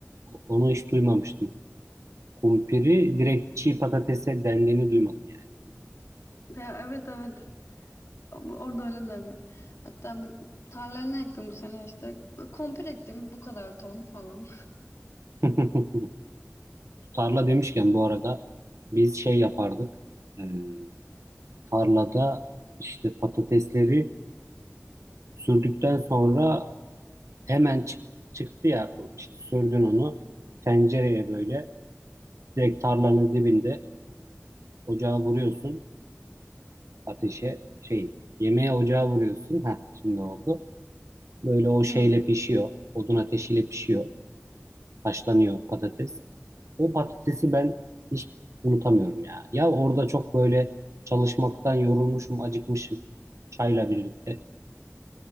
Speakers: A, on the right (about 75°); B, on the left (about 70°).
A: onu hiç duymamıştım. Kumpiri direkt çiğ patatese dendiğini duymadım
B: Ya, evet evet Bu- Orada öyle derler. Hatta bu- tarlaya ne ektim bu sene işte. Komple ektim bu kadar ton falan.
A: yani. <laughs> Tarla demişken bu arada biz şey yapardık. Ee, tarlada işte patatesleri sürdükten sonra hemen çık, çıktı ya işte sürdün onu tencereye böyle direkt tarlanın dibinde ocağa vuruyorsun ateşe şey yemeğe ocağa vuruyorsun. Ha şimdi oldu. Böyle o şeyle
B: Hı.
A: pişiyor. Odun ateşiyle pişiyor. Haşlanıyor patates. O patatesi ben hiç unutamıyorum ya. Ya orada çok böyle çalışmaktan yorulmuşum, acıkmışım çayla birlikte.